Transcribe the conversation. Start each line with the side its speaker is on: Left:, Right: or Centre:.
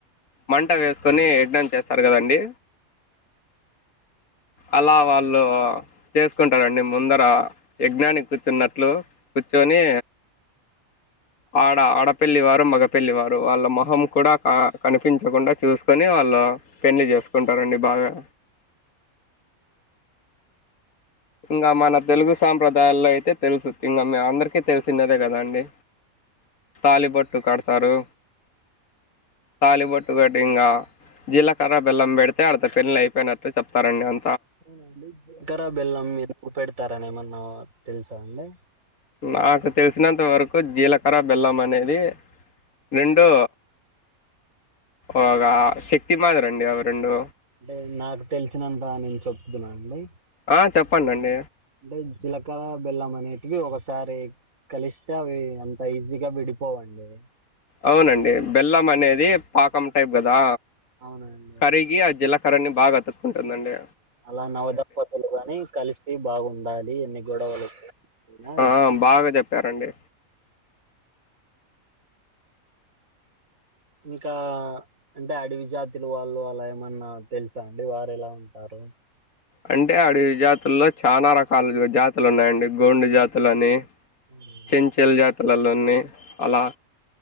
Left: మంట వేసుకొని యజ్ఞం చేస్తారు కదండి అలా వాళ్ళు చేసుకుంటారండి ముందర యజ్ఞానికి కూర్చున్నట్లు కూర్చొని ఆడ ఆడ పెళ్లివారు మగ పెళ్లివారు వాళ్ళ మొహం కూడా కనిపించకుండా చూసుకొని వాళ్ళు పెళ్ళి చేసుకుంటారండి బాగా ఇంకా మన తెలుగు సాంప్రదాయ ఉదాల్లో <unintelligible> అయితే తెలుసు ఇంకా మ అందరికీ తెలిసన్నదే కదా అండి తాళిబొట్ ట్టు కడతారూ. తాలిబొట్టు కట్టి ఇంగా జీలకర్ర బెల్లం పెడితే ఆళ్లతో పెళ్లైపోయినట్టు చెప్తారండి అం
Right: అవునండి జిలకరాబెల్మ్ పెడతారనీ ఏమన్నా తెల్సా అండి.
Left: నాకు తెలిసినంత వరకు జీలకర్ర బెల్లం అనేది, రెండూ, ఒగా శక్తి మాదిరి అండి అవి రెండూ.
Right: అంటే నాకు తెలిసినంతా, నేన్ చెప్తున్నా అండి.
Left: ఆ చెప్పండండీ.
Right: అంటే జీలకర బెల్లం అనేటివి ఒకసారి కలిస్తే అవి అంత ఈజీగా విడిపోవండి.
Left: అవునండి బెల్లం అనేది పాకం టైప్ కదా.
Right: అవునండి
Left: కరిగి ఆ జిలకరణి. బాగా అతుకుంటదండి
Right: అలా నవదంపతులు కాని కలిసి బాగుండాలి ఎన్ని గొడవలు వచ్చనా.
Left: ఆ, బాగా చెప్పారండి
Right: ఇంకా, అంటే అడవి జాతిలు వాళ్ళు అలా ఏమన్నా తెలుసా అండి వారు ఎలా ఉంటారో.
Left: అంటే అడవి జాతుల్లో చానా రకాలు జాతులు ఉన్నాయండి గోండు జాతులు అనీ
Right: అవునండి
Left: చెంచెల్ జాతులలో నే అలా,